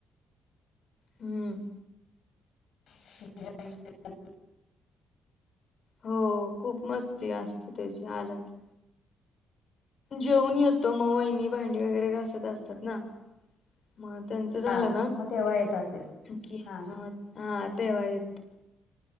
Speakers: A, on the left (about 50°); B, on the left (about 65°).
A: हम
B: <inaudible>
A: हो खूप मस्ती असते त्याची आला की जेवून येतो म वहिनी भांडी वगैरे घासत असतात ना म झालं
B: हां
A: ना
B: मग तेव्हा येत असेल
A: की
B: हां
A: म ह तेव्हा येतो